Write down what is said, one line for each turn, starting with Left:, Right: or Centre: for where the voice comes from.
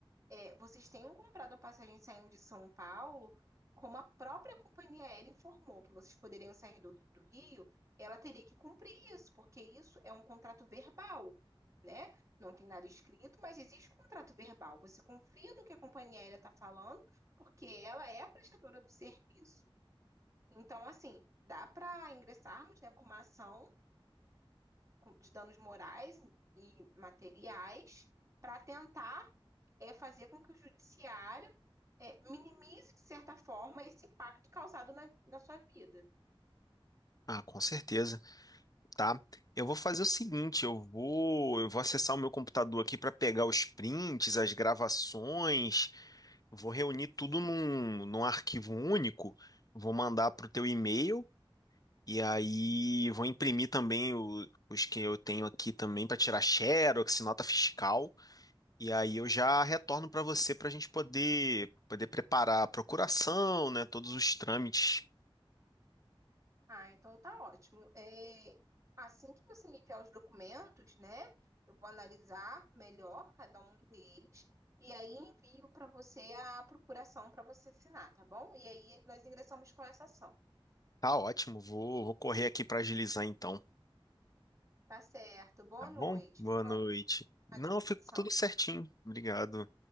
Right: é, vocês tenham comprado a passagem saindo de São Paulo, como a própria companhia aérea informou que vocês poderiam sair do, do Rio, ela teria que cumprir isso, porque isso é um contrato verbal, né? Não tem nada escrito, mas existe um contrato verbal. Você confia no que a companhia aérea está falando, porque ela é a prestadora do serviço. Então, assim, dá para ingressarmos né, com uma ação de danos morais e materiais para tentar é fazer com que o judiciário é, minimize, de certa forma, esse impacto causado na, na sua vida.
Left: Ah, com certeza, tá? Eu vou fazer o seguinte, eu vou, eu vou acessar o meu computador aqui para pegar os prints, as gravações, vou reunir tudo num, num arquivo único, vou mandar para o teu e-mail. E aí vou imprimir também o- os que eu tenho aqui também para tirar xerox, nota fiscal. E aí eu já retorno para você para a gente poder poder preparar a procuração, né? Todos os trâmites.
Right: Ah, então tá ótimo. É, assim que você me enviar os documentos, né? Eu vou analisar melhor cada um deles e aí envio para você a procuração para você assinar, tá bom? E aí nós ingressamos com essa ação.
Left: Tá ótimo, vou, vou correr aqui para agilizar então.
Right: Tá certo. Boa
Left: Tá bom?
Right: noite.
Left: Boa
Right: Fico
Left: noite.
Right: à
Left: Não,
Right: disposição.
Left: ficou tudo certinho. Obrigado.